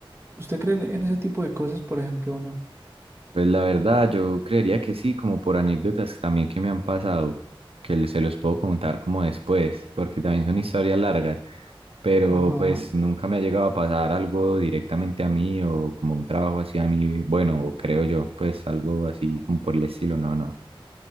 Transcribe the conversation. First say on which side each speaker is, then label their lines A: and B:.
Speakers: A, on the right (about 30°); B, on the right (about 85°).
A: ¿Usted cree en ese tipo de cosas, por ejemplo, o no?
B: Pues la verdad, yo creería que sí, como por anécdotas también que me han pasado, que le- se los puedo contar como después, porque también son historias largas, pero
A: Ajá.
B: pues nunca me ha llegado a pasar algo directamente a mí o como un trabajo así a mí, bueno, creo yo, pues algo así como por el estilo, no, no.